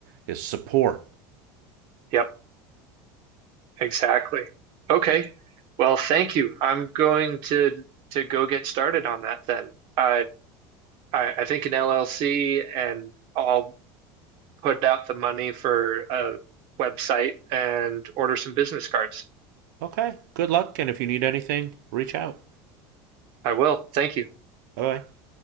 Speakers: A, on the right; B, on the right.
A: is support.
B: Yep. Exactly. Okay. Well, thank you. I'm going to to go get started on that then. I I, I think an LLC and I'll put out the money for a website and order some business cards.
A: Okay, good luck. And if you need anything, reach out.
B: I will. Thank you.
A: Bye bye.